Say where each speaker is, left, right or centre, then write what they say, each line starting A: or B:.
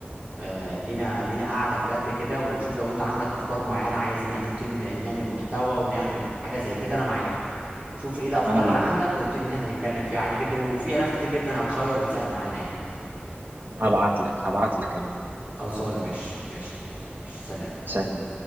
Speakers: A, on the right; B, on the right.
A: آه لينا لينا قاعدة بجد كده وشوف لو انت عندك افكار معينة عايز ان احنا نبتدي ن- نعمل محتوى ونعمل حاجة زي كده انا معاك شوف ايه الافكار
B: انا معاك
A: اللي عندك ونبتدي ان احنا نتكلم فيها عادي جدا وفي الاف كتير جدا هتشير وتساعد معانا يعني
B: هبعت لك هبعت لك انا
A: خلصانة ماشي ماشي يا كبير. ماشي سلام
B: سلام